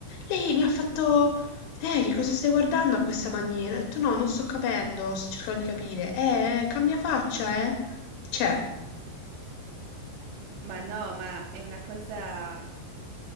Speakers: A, on the left; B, on the right.
A: Lei mi ha fatto, eh, che cosa stai guardando a questa maniera? Ho detto, no, non sto capendo, sto cercando di capire. Eh, cambia faccia, eh. Cioè,
B: Ma no, ma è una cosa